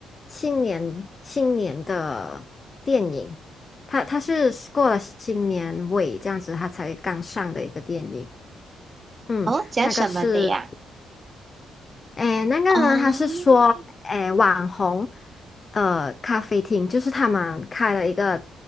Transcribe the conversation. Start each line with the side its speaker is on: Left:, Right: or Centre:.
Left: 新年新年的电影，它它是过了新年尾这样子，它才刚上的一个电影，嗯，
Right: 哦，讲什么的呀？
Left: 那个是。诶，那个呢，
Right: 嗯，
Left: 他是说，诶，网红，呃，咖啡厅，就是他们开了一个